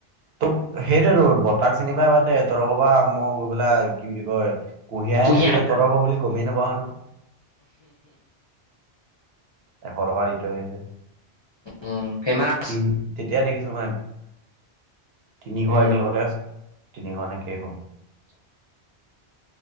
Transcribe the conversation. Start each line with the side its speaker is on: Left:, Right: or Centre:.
Right: তোক সেইটোৱেটো ব কাত চিনি পাই বাদ দে, তহতৰ ঘৰৰ পৰা মই গৈ পেলাই কি বুলি কয় কুঢ়িয়াৰহে
Left: কুঁহিয়া
Right: অনিছোগে, তহতৰ ঘৰ বুলি গমেই নাপাওঁ হেতু। এশ টকা দি থৈ আহিছোগে,
Left: উম ফেমাচ
Right: তিন <unintelligible> দেখিছো মানে, তিনিঘৰ
Left: উম
Right: একেলগতে আছে, তিনিঘৰ নে কেইঘৰ।